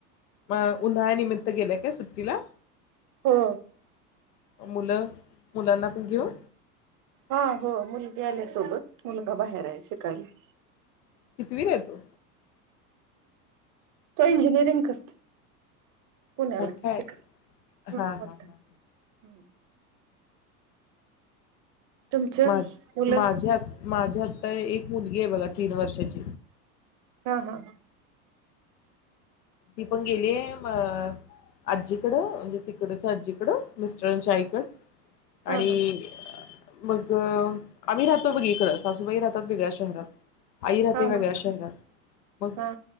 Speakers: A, on the left; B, on the right.
A: म उन्हाळ्या निमित्त गेलाय काय सुट्टीला?
B: हो
A: मुलं मुलांना पण घेऊ
B: हा हो मुलगी आल्या सोबत, मुलगा बाहेर आहे शिकायला.
A: कितवीलाय तो?
B: तो इंजिनिअरिंग करतोय. पुण्याला
A: मोठा आहे
B: शिकायला
A: हा
B: ह मोठा
A: हा हा
B: <inaudible> तुमचं
A: माझ
B: मुलं
A: माझी आ माझी आता एक मुलगी आहे बघा तीन वर्षाची
B: हा हा हा
A: ती पण गेलीय म आजीकडं म्हणजे तिकडच्या आजीकडं मिस्टराच्या आईकडं
B: हा
A: आणि
B: हा
A: मग आम्ही राहतो बग इकडं सासूबाई राहतात वेगळ्या शहरात आई राहते
B: हा
A: वेगळ्या
B: हा
A: शहरात मग
B: हा